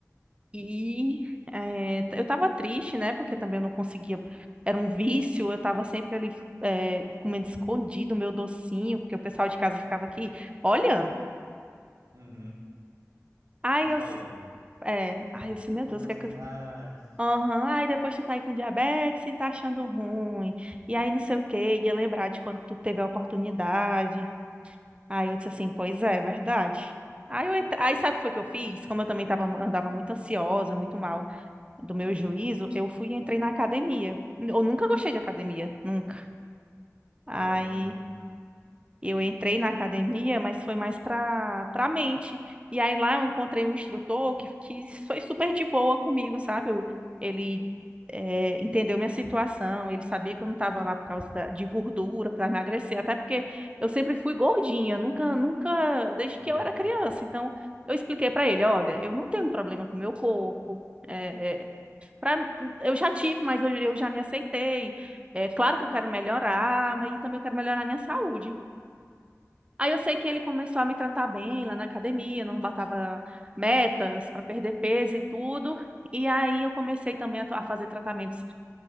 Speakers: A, on the right (about 20°); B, on the right (about 80°).
A: e é, eu tava triste, né? Porque também eu não conseguia. Era um vício, eu tava sempre ali é, comendo escondido o meu docinho, porque o pessoal de casa ficava aqui olhando.
B: Uhum.
A: Aí
B: E falando.
A: eu, s- é, aí eu disse,
B: Tá
A: meu
B: comendo
A: Deus, o
B: doce
A: que é que
B: demais.
A: eu Aham, Aí depois tu tá aí com diabetes e tá achando ruim. E aí não sei o quê, ia lembrar de quando tu teve a oportunidade. Aí eu disse assim, pois é, é verdade. Aí, eu, entra- aí sabe o que foi que eu fiz? Como eu também tava, andava muito ansiosa, muito mal do meu juízo, eu fui e entrei na academia. Eu nunca gostei de academia, nunca. Aí
B: É, eu também não.
A: eu entrei na academia, mas foi mais para para mente. E aí lá eu encontrei um instrutor que, que foi super de boa comigo, sabe? Eu- ele eh, entendeu minha situação, ele sabia que eu não estava lá por causa da- de gordura para emagrecer, até porque eu sempre fui gordinha, nunca, nunca, desde
B: Uhum.
A: que eu era criança. Então eu expliquei para ele, olha, eu não tenho problema com o meu corpo. é eh, pra- eu já tive, mas eu, eu já me aceitei. É claro que eu quero melhorar, mas também eu quero melhorar a minha saúde. Aí eu sei que ele começou a me tratar bem lá na academia, não batava metas para perder peso e tudo. E aí eu comecei também a, to- a fazer tratamentos